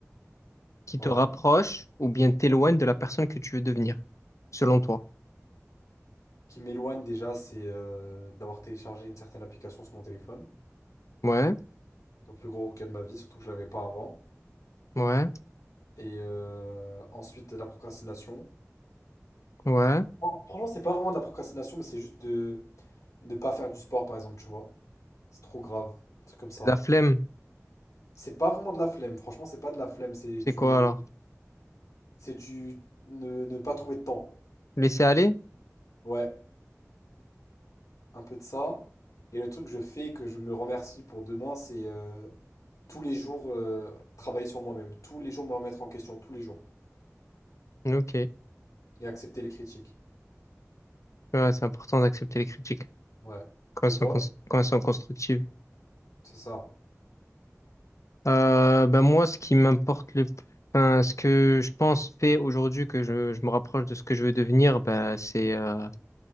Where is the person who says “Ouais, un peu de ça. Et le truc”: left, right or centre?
Left